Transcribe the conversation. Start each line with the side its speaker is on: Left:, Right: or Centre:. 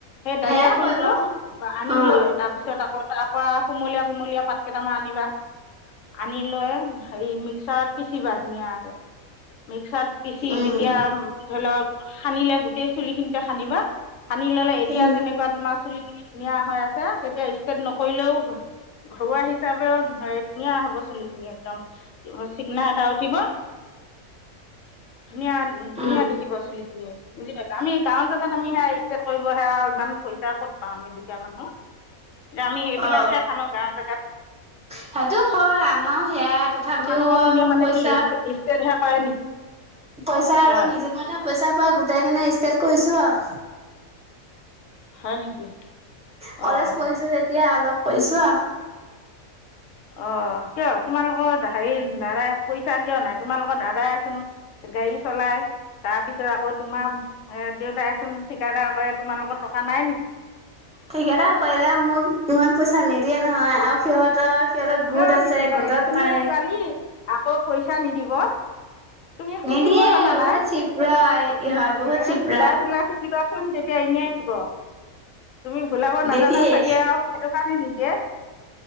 Left: সেই দাৰিয়া
Centre: সেয়াই
Left: ফুল
Centre: কয়
Left: টো
Centre: বাৰু
Left: আনি
Centre: অ
Left: লৈ তাৰপিছত আকৌ তাৰ পৰা কুমলীয়া কুমলীয়া পাত কেইটামান আনিবা। আনি লৈ হেৰি মিক্সাৰত পিচিবা ধুনীয়াকে মিক্সা ৰত পিচি
Centre: উম
Left: তেতিয়া ধৰি লওক সানিলে গোটেই চুলি খিনিতে সানিবা সানি ললে এতিয়া
Centre: উম
Left: যেনেকুৱা তোমাৰ চুলি ধুনীয়া হৈ আছে তেতিয়া ষ্টেট নকৰিলেও ঘৰুৱা হিচাপেও ধুনীয়া হব চুলি খিনি একদম চিগনা এটা উঠিব। ধুনীয়া ধুনীয়া
Centre: উম
Left: দেখিব চুলিখিনি। বুজি পাইছা? আমি গাঁৱৰ জেগাত আমি ‌সেইৰ ষ্টেট কৰিব সেয়া ইমান পইচা ক'ত পাওঁ আমি দুখীয়া মানুহ। এতিয়া আমি সেইবিলাকহে
Centre: অ
Left: সানো গাওঁ জেগাত।
Centre: সেইটো হয় আমাৰো। সেয়াই তথাপিও
Left: তোমালোকৰ পিনে
Centre: আৰু
Left: মানে
Centre: পইচা
Left: কি হয় নেকি
Centre: পইচা আৰু
Left: হয়
Centre: নিযুত মইনা পইচা পাই গোটাই কেনে ইষ্টেট কৰিছো আওঁ।
Left: হয় নেকি?
Centre: কলেজ
Left: অঁ
Centre: পঢ়িছো যেত তিয়া অলপ কৰিছোঁ আও।
Left: অ' কিয় তোমালোকৰ দা - হেৰি দাদাই পইচা কিয় নাই? তোমালোকৰ দাদাইচোন গাড়ী চলাই, তাৰপিছত আকৌ তোমাৰ এ দেউতাইচোন ঠিকাদাৰ কৰে, তোমালোকৰ টকা নাই নেকি?
Centre: ঠিকাদাৰ কৰিলেও মোক ইমান পইচা নিদিয়ে নহয় আৰু সিহঁতৰ সিহঁতৰ গোট
Left: কিয়
Centre: আছে
Left: নিদিব
Centre: গোটত
Left: এজনীয়ে
Centre: মাৰে
Left: ছোৱালী আকৌ পইচা নিদিব। তুমি খুজিব
Centre: নিদিয়ে
Left: জানা
Centre: বহুত
Left: নাই।
Centre: চিপৰা ইহঁত বহুত
Left: হে
Centre: চিপৰা
Left: ভুলাই ভুলাই খুজিবা চুন তেতিয়া এনে দিব। তুমি ভুলাবা
Centre: নিদিয়ে
Left: নাজানা চাগে আৰু সেইটো কাৰ কি নিদিয়ে?